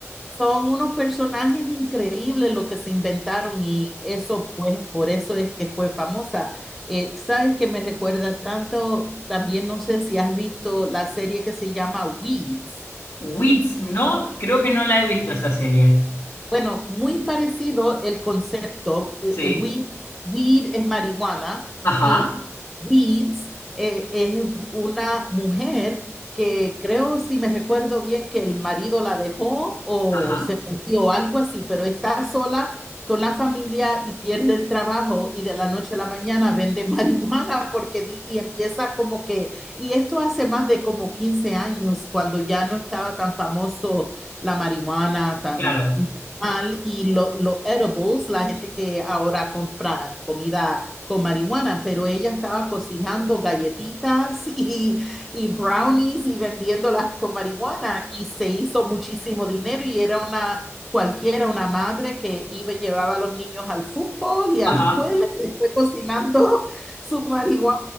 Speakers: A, in the centre; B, on the left.
A: Son unos personajes increíbles lo que se inventaron y eso, pues, por eso es que fue famosa. Eh, ¿sabes que me recuerda tanto? También no sé si has visto la serie que se llama Weeds.
B: Wits, no, creo que no la he visto esta serie.
A: Bueno, muy parecido el concepto. eh,
B: Sí,
A: eh, Weed, weed es marihuana
B: ajá,
A: y Weeds eh, es una mujer que creo, si me recuerdo bien, que el marido la dejó o
B: ajá,
A: se murió o algo así, pero está sola con la familia y pierde el trabajo y de la noche a la mañana vende <laughs> marihuana porque di- y empieza como que, y esto hace más de como 15 años, cuando ya no estaba tan famoso la marihuana, tan
B: claro,
A: mal y los lo edibles, la gente que ahora compra comida con marihuana, pero ella estaba cocinando galletitas y, y brownies y vendiéndolas con marihuana y se hizo muchísimo dinero y era una cualquiera, una madre que iba y llevaba a los niños al fútbol y a
B: ajá.
A: la escuela y después cocinando su marihuana